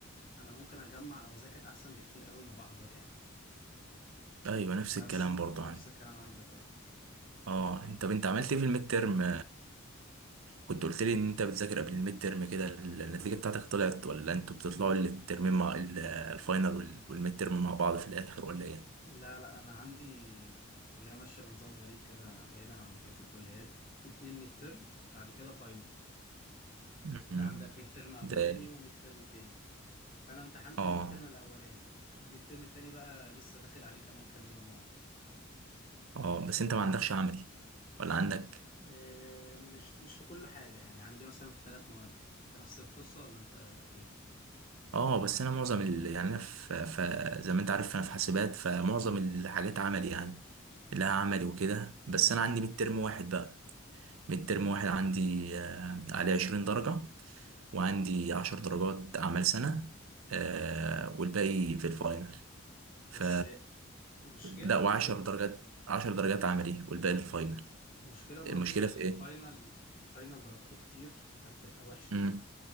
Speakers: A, on the left; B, on the right.
A: انا ممكن اجمع او اذاكر احسن بكتير قوي ما بحضر يعني
B: ايوه نفس
A: نفس
B: الكلام برضه
A: نفس
B: عن
A: الكلام عندك اه
B: اه انت طب انت عملت ايه في الميد ترم كنت قلت لي ان انت بتذاكر قبل الميد ترم كده النتيجه بتاعتك طلعت ولا انتوا بتطلعوا الترمين مع ال- الفاينل وال- والميد ترم مع بعض في الاخر ولا ايه
A: لا لا انا عندي كليه ماشيه بنظام غريب كده بعيدا عن بقيه الكليات في اتنين ميد ترم بعد كده فاينل
B: مم.
A: انت عندك ميد ترم اولاني
B: ده
A: وميد ترم تاني فانا امتحنت
B: اه
A: الميد ترم الاولاني الميد ترم التاني بقى لسه داخل عليه كمان كام يوم اهو
B: اه بس
A: ب-
B: انت ما عندكش عملي ولا عندك
A: آه، مش مش في كل حاجه يعني عندي مثلا في ثلاث مواد انت نفس القصه ولا انت ايه
B: اه بس انا معظم ال... يعني انا في... ف... زي ما انت عارف انا في حاسبات فمعظم الحاجات عملي يعني لها عملي وكده
A: اه
B: بس انا عندي ميد ترم واحد بقى ميد ترم واحد عندي آه، عليه عشرين درجة وعندي عشر درجات أعمال سنة آه، والباقي في الفاينل
A: بس
B: ف
A: مشكله
B: لا
A: برضو
B: وعشر درجات عشر درجات عملي والباقي الفاينل
A: مشكله برضو
B: المشكلة
A: ان
B: في
A: الفاينل
B: إيه؟
A: الفاينل درجاته كتير فبتبقى وحشه
B: مم.
A: دي